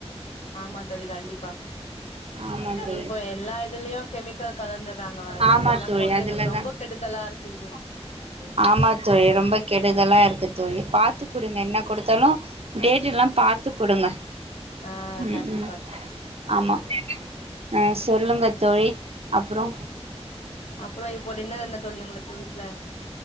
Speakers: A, on the left; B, on the right.
A: ஆமா தோழி கண்டிப்பா
B: ஆமா தோழி
A: இப்ப எல்லா இதுலயு கெமிக்கல் கலந்துறாங்க வேற
B: ஆமா
A: அதெல்லா
B: தோழி
A: கொழந்தகளுக்கு
B: அதுலதா
A: ரொம்ப கெடுதலாருக் <unintelligible>
B: ஆமா தோழி ரொம்ப கெடுதலா இருக்கு தோழி பாத்து குடுங்க என்ன குடுத் தலு டேட்டெல்லா பாத்து குடுங்க
A: ஆ
B: ம்
A: கண்டிப்பா
B: ம் ஆமா அ சொல்லுங்க தோழி அப்றோ
A: அப்றோ இப்போ டின்னர் என்ன தோழி உங்குளுக்கு வீட்ல